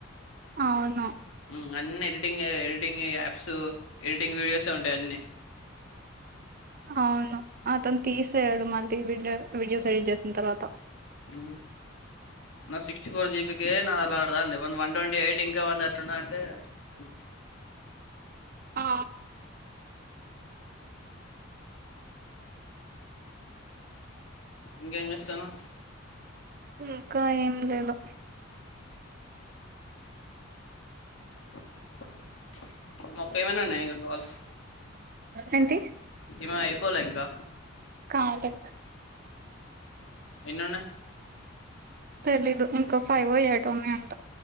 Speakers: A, on the right (about 45°); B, on the left (about 70°).
A: అవును
B: మ్ అన్ని ఎడిటింగ్ అయి ఎడిటింగ్ అయి యాప్స్ ఎడిటింగ్ వీడియోస్ ఎ ఉంటాయి అన్ని
A: అవును అతను తీసేయడు మళ్ళీ వీడియో వీడియోస్ ఎడిట్ చేసిన తర్వాత
B: ఉ నా సిక్స్టీ ఫోర్ జీబీకి నా అలా ఆడదాండి <unintelligible> వాంది వన్ ట్వంటీ ఎయిట్ ఇంకా వాంది అట్లుంనది అంటే అ స్
A: ఆ
B: ఇంకెం చేస్తున్నవ్
A: ఇంకా ఏం లేదు
B: <unintelligible> మొకై మన్నా ఉన్నాయి గల్స్
A: ఏంటి
B: ఈమెది అయిపోలే ఇంకా
A: కాలే
B: ఎన్ని ఉన్నయి
A: తెలీదు ఇంకో ఫైవ్ ఒ ఎయిట్ ఒ ఉన్నాయింట